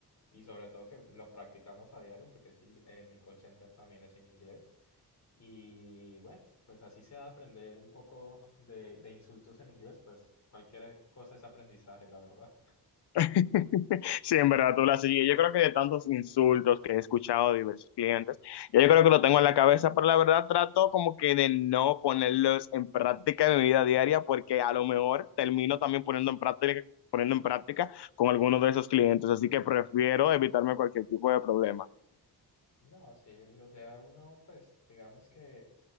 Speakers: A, on the left (about 40°); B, on the left (about 75°).
A: y sobre todo que lo practicamos a diario, porque sí, yo- eh, mi call center también es en inglés. Y bueno, pues así sea aprender un poco de, de insultos en inglés, pues cualquier cosa es aprendizaje, la verdad.
B: <laughs> sí, en verdad, tú la sigues. Yo creo que de tantos insultos que he escuchado de diversos clientes, ya yo creo que lo tengo en la cabeza, pero la verdad trato como que de no ponerlos en práctica en mi vida diaria, porque a lo mejor termino también poniendo en práctica, poniendo en práctica con algunos de esos clientes, así que prefiero evitarme cualquier tipo de problema.
A: No, sí, o sea, uno pues digamos que